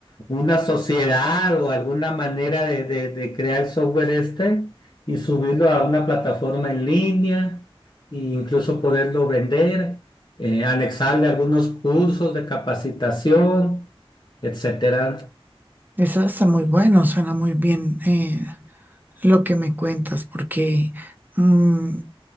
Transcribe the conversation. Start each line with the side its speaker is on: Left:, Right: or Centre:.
Left: una sociedad o alguna manera de, de- de crear el software este y subirlo a una plataforma en línea e incluso poderlo vender, eh, anexarle algunos cursos de capacitación, etcétera.
Right: Eso está muy bueno, suena muy bien eh, lo que me cuentas, porque mm,